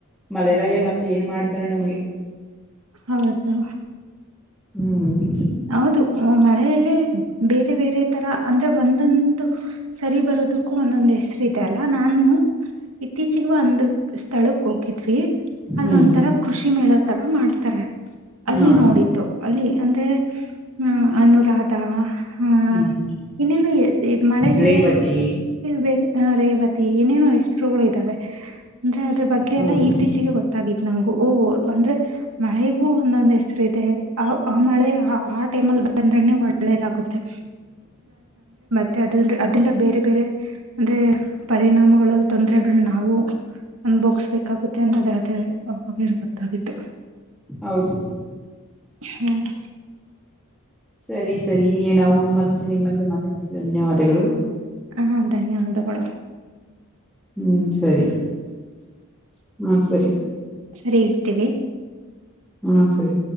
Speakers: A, in the centre; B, on the right (about 75°).
A: ಮಳೆ ಗಯ ಮತ್ತ ಏನ್ ಮಾಡ್ತಾರ ನಮ್ಗೆ
B: ಹೌದು
A: ಹ್ಮ್
B: ಹೌದು ಮಳೆಯಲ್ಲ ಬೇರೆ -ಬೇರೆ ತರ ಅಂದ್ರೆ ಒಂದೊಂದು ಸರಿ ಬರೋದು ಕೂ ಒಂದೊಂದು ಹೆಸರು ಇದೆ ಅಲ್ಲ ನಾನು ಇತ್ತೀಚಗ ಒಂದು ಸ್ಥಳಕ್ ಹೋಗಿದ ಅಲ್ಲ
A: ಹ್ಮ್
B: ಒಂ ತರ ಕೃಷಿ ಮೇಳೋ ತರ ಮಾಡ್ತಾರೆ ಅಲ್ಲಿ
A: ಹಾ
B: ನೋಡಿದ್ದು ಅಲ್ಲಿ ಅಂದ್ರೆ ಹ್ಮ ಅನುರಾಧ ಹಹ
A: ಹ್ಮ್
B: ಇನ್ನೇನು ಮಳೆಗೆ
A: ರೇವತಿ
B: ಬೇರೆ ರೇವತಿ ಏನೇನು ಹೆಸರುಗಳು ಇದ್ದಾವೆ ಅಂದ್ರೆ ಅದ್ರ ಬಗ್ಗೆ ಎಲ್ಲಾ
A: ಹೌದು
B: ಇತ್ತೀಚೆಗೆ ಗೊತ್ತಾಗತ್ತು ನಂಗಗು ಓಹ ಅಂದ್ರೆ ಮಳೆಗೂ ಒಂದೊಂದ್ ಹೆಸರು ಇದೆ ಆ ಮಳೆ ಆ ಟೈಮ್ ಅಲ್ಲಿ ಬಂದ್ರೆನೆ ಒಳ್ಳೇದಾಗುತ್ತೆ ಮ ಅದಂದ್ರೆ ಅದರಿಿಂದ ಬೇರೆ -ಬೇರೆ ಅಂದ್ರೆ ಪರಿಣಾಮಗಳು ತೊಂದರೆಗಳ ನಾವು ಅನ್ಭೋಗ್ಸ್ಬೇಕಾಗುತ್ತೆ ಅನ್ನೋದ ಅದೇ ಗೊತ್ತಾಗಿತ್ತು
A: ಹೌದು
B: ಹ
A: ಸರಿ ಸರಿ ನೀ ನಾವು ಮತ್ತೆ ನಿಮ್ಮ ಧನ್ಯವಾದಗಳು
B: ಹಾ ಧನ್ಯವಾದಗಳು
A: ಹ್ಮ್ ಸರಿ <inaudible> ಹ ಸರಿ
B: ಸರಿ ಇರ್ತೀವಿ
A: ಹಾ ಸರಿ